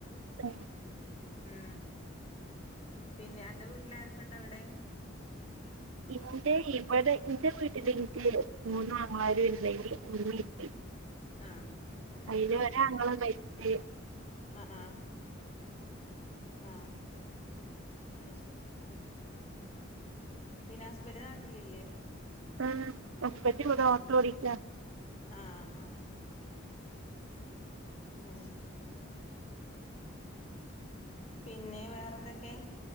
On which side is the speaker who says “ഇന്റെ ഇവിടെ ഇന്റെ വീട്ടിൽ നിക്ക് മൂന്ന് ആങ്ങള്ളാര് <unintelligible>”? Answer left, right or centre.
Right